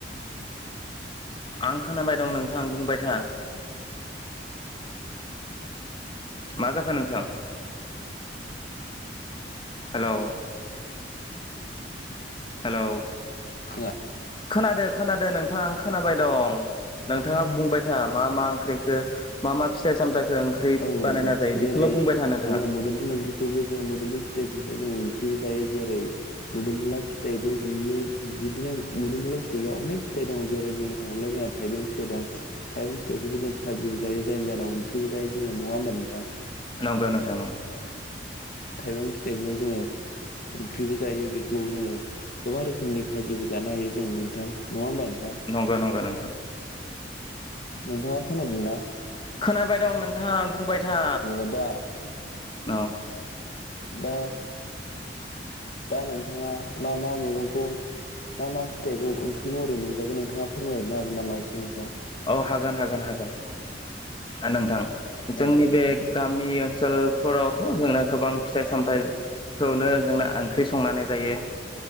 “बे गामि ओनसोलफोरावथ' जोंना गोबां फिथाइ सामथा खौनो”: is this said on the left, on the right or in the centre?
Left